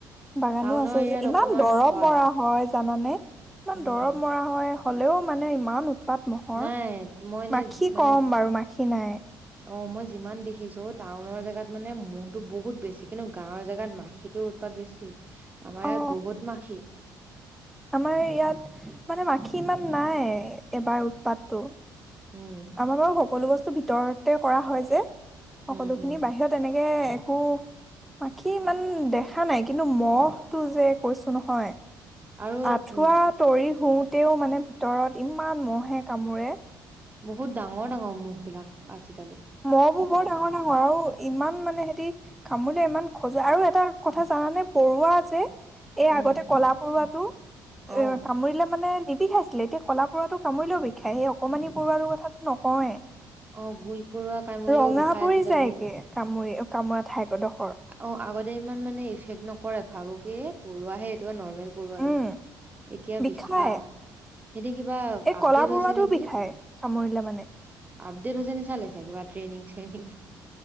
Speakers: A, in the centre; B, on the right.
A: বাগানো
B: টাউনৰ
A: আছে
B: এৰিয়াত
A: যে, ইমান
B: অকমান
A: দৰৱ
B: হয়
A: মৰা হয়। জানানে? ইমান
B: উম
A: দৰৱ মৰা হয় হ'লেও মানে ইমান উৎপাত ম'হৰ,
B: নাই মই নে
A: মাখি
B: মানে
A: কম বাৰু মাখি নাই।
B: অ' মই যিমান দেখিছো টাউনৰ জেগাত মানে ম'হটো বহুত বেছি, কিন্তু গাঁৱৰ জেগাত মাখিটোৰ উৎপাত বেছি, আমাৰ
A: অ
B: ইয়াত বহুত মাখি।
A: আমাৰ ইয়াত মানে মাখি ইমান নাই, এবাৰ উৎপাতটো।
B: উম'।
A: আমাৰ বাৰু সকলো বস্তু ভিতৰতে কৰা হয় যে, সকলোখিনি
B: উম উম
A: বাহিৰত এনেকে একো মাখি ইমান দেখা নাই, কিন্তু ম'হটো যে কৈছো নহয়।
B: আৰু
A: আঠুৱা
B: উম
A: তৰি শুওতেও মানে ভিতৰত ইমান ম'হে কামোৰে।
B: বহুত ডাঙৰ ডাঙৰ মুখ বিলাক আজিকালি।
A: ম'হ বোৰ বৰ ডাঙৰ ডাঙৰ আৰু ইমান মানে সেতি কামোৰিলে ইমান খজুৱাই আৰু এটা কথা জানানে পৰুৱা যে। এই
B: উম
A: আগতে কলা পৰুৱাটো,
B: অ
A: এ কামুৰিলে মানে নিবি খাইছে ছিলে, এতিয়া কলা পৰুৱাটো কামুৰিলেও বিষায় সেই অকণমানি পৰুৱাটোৰ কথাটো নকওঁৱে।
B: অ' গুই পৰুৱা। কামুৰিলেও
A: ৰঙা
B: বিষাই
A: পৰি
B: আজিকালি
A: যায়গে কামোৰে কামোৰা ঠাই ডোখৰ।
B: অঁ আগতে ইমান মানে ইফেক্ট নকৰে, ভাবো কি এ পৰুৱাহে এইটো নৰ্মেল পৰুৱাটো
A: উম
B: এতিয়া
A: বিষাই
B: বিষায়। হেতি কিবা
A: এই
B: আপডেট
A: কলা পৰুৱাটো
B: হৈছে নেকি?
A: বিষাই কামুৰিলে মানে
B: আপডেট হৈছে নিচা লাইছে, কিবা ট্ৰেইনিং চেইনিং